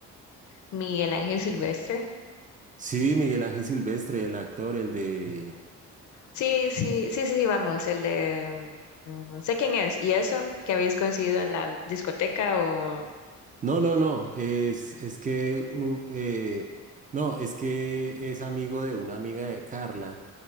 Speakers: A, on the left; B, on the right.
A: Miguel Ángel Silvestre.
B: Sí, Miguel Ángel Silvestre, el actor, el de...
A: Sí, sí, sí, sí, sí, vamos, el de... mm, sé quién es. ¿Y eso? ¿Que habéis coincidido en la discoteca o...?
B: No, no, no, es, es que, u- eh, no, es que es amigo de una amiga de Carla